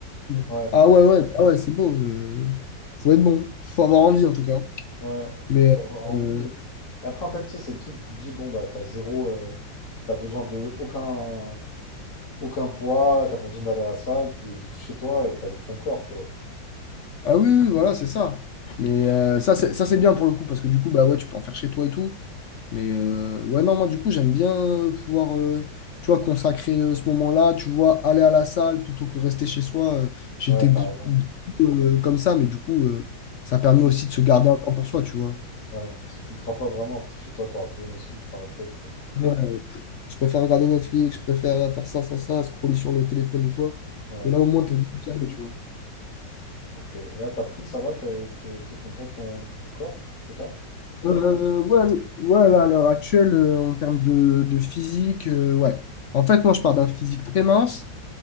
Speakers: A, on the left; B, on the left.
A: Mm.
B: hein. Ouais.
A: Ah ouais, ouais, bah ouais, c'est beau, mais faut être bon. Faut avoir envie en tout cas.
B: Ouais,
A: Mais
B: faut avoir envie.
A: euh,
B: euh. Et après, en fait, tu sais, c'est le truc, tu te dis, bon, bah, t'as zéro, euh, t'as besoin de aucun, aucun poids, t'as pas besoin d'aller à la salle, t'es juste chez toi et t'as juste ton corps, quoi.
A: ah oui, oui, voilà, c'est ça. Mais euh, ça, c'est ça, c'est bien pour le coup, parce que du coup, bah ouais, tu peux en faire chez toi et tout. Mais euh, ouais, non, moi du coup, j'aime bien euh, pouvoir, euh, tu vois, consacrer euh, ce moment-là, tu vois, aller à la salle plutôt que rester chez soi. euh, j'étais
B: Ouais, t'as
A: bou-
B: raison.
A: bou- euh, comme ça, mais du coup, euh, ça permet
B: Tu-
A: aussi de se garder un temps pour soi, tu vois.
B: Ouais, parce que tu le feras pas vraiment, si t'es chez toi, t'auras toujours une excuse pour faire autre chose, quoi.
A: Ouais, ouais. je préfère regarder Netflix, je préfère faire ça, ça, ça, scroller sur le téléphone ou quoi.
B: Ouais,
A: Que là, au moins, t'es obligé d'y aller, tu vois.
B: ok. Et là, t'as pris, ça va, t'es, t'es, t'es content de ton, du corps que t'as?
A: Euh, ouais, le- ouais, là, à l'heure actuelle, euh, en termes de, de physique, euh, ouais. En fait, moi, je pars d'un physique très mince,